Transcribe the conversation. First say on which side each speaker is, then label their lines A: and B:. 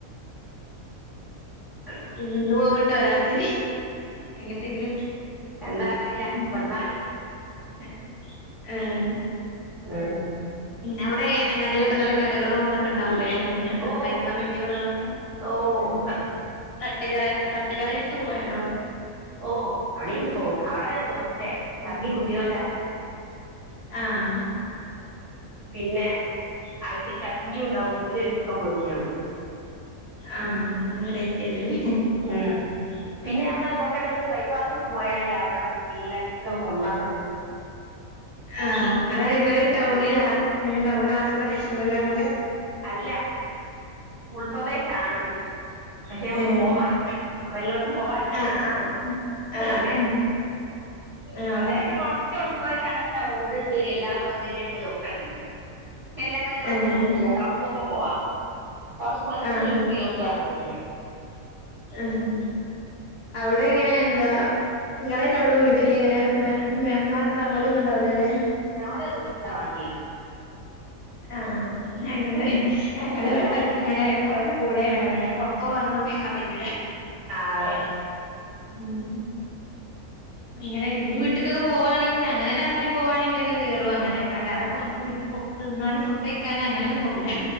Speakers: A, on the right; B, on the left.
A: അല്ല
B: ഞ്ഞ്ന്ന് പോവുന്നുണ്ടോ രാത്രി എങ്ങെട്ടെങ്കിലും
A: എന്താ അറിയില്ല
B: ഉം
A: വന്നാല്
B: എഹ് ഏഹ്
A: ഏഹ്
B: അവിടെ അങ്ങാടിയിലൊക്കെ നല്ല കടകളും തൊക്കെ ഉണ്ടാവുലേ ഇങ്ങനത്തെ
A: ഓ
B: കഴിക്കാൻ പറ്റിയ കടകളൊക്കെ
A: ഓ
B: ഉം
A: ഒക്കെണ്ട്
B: തട്ടുകട തട്ടുകടേൽക്ക് പോയാലോ
A: ഓഹ് അവടിം ഓഹ് അവടെ ദോഷ തട്ടികുട്ടിയതൊക്കെ
B: ഉം ആഹ്
A: പിന്നെ അതിന്റെ ചട്നിയുണ്ടാവും പിന്നെ ചിക്കൻ പൊരിച്ചതും
B: ആഹ് അങ്ങനെ വെറൈറ്റി ആയിട്ട്ലേ
A: ഉം പിന്നെ നമ്മള് കൊറച്ച് അങ്ങോട്ട് ബൈപ്പാസ്ക്ക് പോയാല് ച്ചേ അവടെ നല്ലക്ക കൊണ്ടാട്ടം കിട്ടും
B: ആഹ് ഇങ്ങള് ഇങ്ങള് ടൗണിലാ ഇങ്ങനെ ടൗണാസ് ആപ്രദേശങ്ങളിലാ വീട്
A: അല്ല ഉൾപ്രദേശാണ് പക്ഷെ നമക്ക്
B: ഏഹ്
A: പോവാലോ അപോ എല്ലോട്ത്തും പോവാലോ
B: ആഹ് ആഹ് ആഹ്
A: അങ്ങനെ
B: ആഹ്
A: സ്വദേശം കോ ച്ചൊൾപ്രദേശാണ് പക്ഷെ റോഡ്ണ്ട് എല്ലാ സൗകര്യം ഉണ്ട് ഒക്കെ ഉണ്ട് ചെല്ലുമ്പോ എല്ലോട്ത്തും
B: ആഹ്
A: പോവും ചെയ്യാം ടൗണ്ക്കൊക്കപോവാം ടൗണ്ക്ക് പതിമൂന്ന്
B: ആഹ്
A: കിലോ കിലോമീറ്റർ ആണ് ഇവിടുന്ന്
B: ആഹ് അവിടെ ഇങ്ങനെ എന്താ നിങ്ങളെന്നെ ഉള്ളു വീട്ടില് ഇങ്ങനെ ഉമ്മ ഉപ്പ ഓല് ഒന്നും ഉണ്ടാവുലലേ
A: എവടെ റൂമ് തറവാട്ടിലാ
B: ആഹ് ഞങ്ങള് ഞങ്ങള് ഇവിടെ ഒറ്റും ഇങ്ങനെ ഓരെ കൂടെണ് ഇങ്ങനെ പെർ ത്ത് പോവനൊന്നും ഹാ പറ്റൂല
A: ആഹ് അതെ
B: ഉം ഇങ്ങനെ എന്റെ വീട്ട്ക്കൊക്കെ പോവാണെങ്കിൽ അങ്ങനെ രാത്രി പോവാണെങ്കിലൊക്കെ കേറും അങ്ങനെ അല്ലാതെ പോ വീട്ട് പോ തിന്നാനും ഫുഡ്ഡ് കഴിക്കാനും അങ്ങനൊന്നും പോവുല